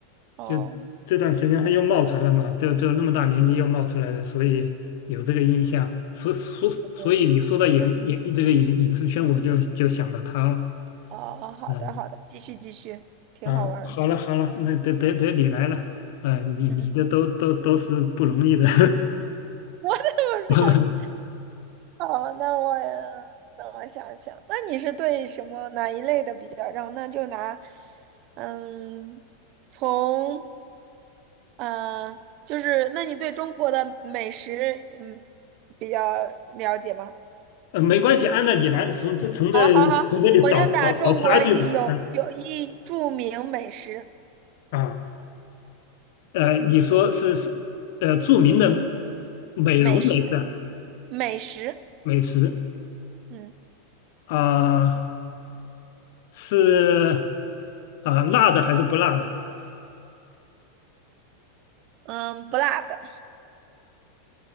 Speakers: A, on the right; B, on the left.
A: 哦，
B: 就这段时间他又冒出来了嘛，就就那么大年纪又冒出来了，所以有这个印象。所所所以你说到影影这个影影视圈，
A: 对，
B: 我就就想到他了。
A: 哦，好的好的，
B: 嗯
A: 继续继续，挺好玩儿的。
B: 啊，好了好了，那得得得你来了。嗯，你你的都都都是不容易的。
A: 嗯，<laughs> 我怎么容易？
B: <laughs>
A: 好，那我那我想想，那你是对什么哪一类的比较让？那就拿，嗯，从嗯、呃就是那你对中国的美食嗯比较了解吗？
B: 呃，没关系，按照你来的，从这从这从这里找找找差距嘛。
A: 好好好，我就打中国一有有一著名美食
B: 嗯啊，呃，你说是是呃著名的美容美食
A: 美食。美食，
B: 美食
A: 嗯
B: 啊。是啊、辣的还是不辣的？
A: 嗯，不辣的，